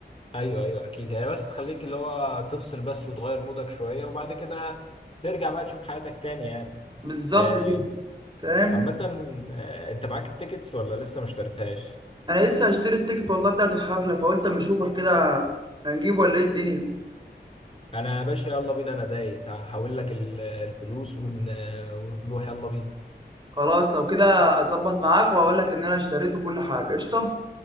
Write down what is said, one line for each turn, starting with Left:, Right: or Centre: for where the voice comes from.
Left: ايوه ايوه اكيد هي بس تخليك اللي هو تفصل بس وتغير مودك شويه وبعد كده ترجع بقى تشوف حياتك تاني يعني
Right: بالظبط
Left: آه،
Right: كده فاهم
Left: عامه آه، انت معاك التيكتس ولا لسه ما اشتريتهاش
Right: انا لسه هشتري التيكت والله بتاعت الحفله فقلت اما اشوفك كده هنجيبه ولا ايه الدنيا
Left: انا يا باشا يلا بينا انا دايس هحول لك ال- الفلوس ون... ونروح يلا بينا
Right: خلاص لو كده اظبط معاك واقول لك ان انا اشتريت كل حاجه قشطه